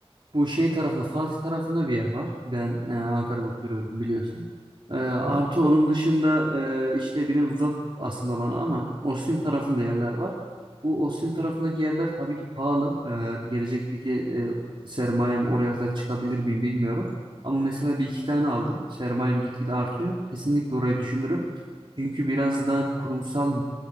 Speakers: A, on the right (about 50°); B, on the right (about 25°).
A: Bu şey tarafında Fatih tarafında bir yer var. Ben e, Ankara'da oturuyorum biliyorsun. E, artı
B: Hı hı, çok.
A: onun dışında e, işte biraz uzak aslında bana ama Ostim tarafında yerler var. Bu Ostim tarafındaki
B: Hı
A: yerler tabii ki pahalı. E, gelecekteki e, sermayem oraya kadar çıkabilir miyim bilmiyorum. Ama mesela bir iki tane aldım. Sermayem gitgide artıyor. Kesinlikle orayı düşünürüm. Çünkü biraz daha kurumsal